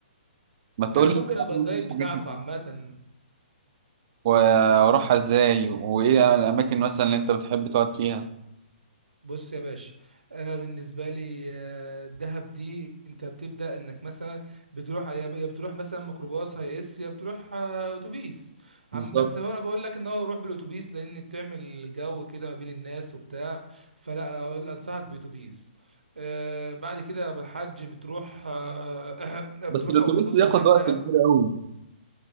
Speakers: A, on the right (about 35°); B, on the right (about 75°).
A: ما تقول
B: انا
A: لي
B: ممكن
A: ايه
B: ابقى
A: اهم
B: الجايد
A: الحاجات
B: بتاعك
A: اللي-
B: عامه
A: و- واروحها ازاي وايه الاماكن مثلا اللي انت بتحب تقعد فيها
B: بص يا باشا انا بالنسبه لي آه، دهب دي انت بتبدا انك مثلا بتروح يا ب- يا بتروح مثلا ميكروباص هي اس يا بتروح آه، اتوبيس
A: بالظبط
B: عم بس هو انا بقول لك ان هو روح بالاتوبيس لان بتعمل جو كده ما بين الناس وبتاع فلا اقول انصحك باتوبيس آه بعد كده يا أبو الحاج بتروح آه <clears throat>
A: بس
B: بتروح
A: الاتوبيس
B: اول ما توصل
A: بياخد
B: هناك
A: وقت
B: دهب
A: كبير قوي